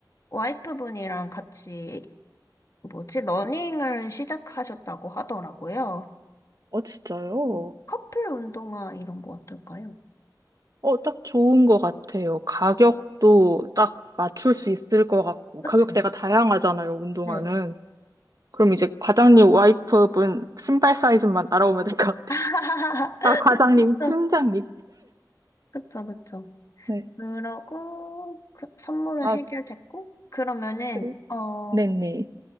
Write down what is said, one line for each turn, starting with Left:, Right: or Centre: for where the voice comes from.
Left: 와이프분이랑 같이, 뭐지, 러닝을 시작하셨다고 하더라고요.
Right: 어, 진짜요?
Left: 음, 커플 운동화 이런 거 어떨까요?
Right: 어, 딱 좋은 것 같아요. 가격도 딱 맞출 수 있을 것 같고,
Left: 그쵸?
Right: 가격대가 다양하잖아요, 운동화는.
Left: 네.
Right: 그럼 이제 과장님 와이프분 신발 사이즈만 알아보면 될 것 같아요.
Left: <laughs>
Right: 아, 과장님, 팀장님.
Left: 그쵸, 그쵸, 그쵸.
Right: 네.
Left: 그러고, 그 선물은
Right: 아,
Left: 해결됐고, 그러면은,
Right: 그래?
Left: 어,
Right: 네네.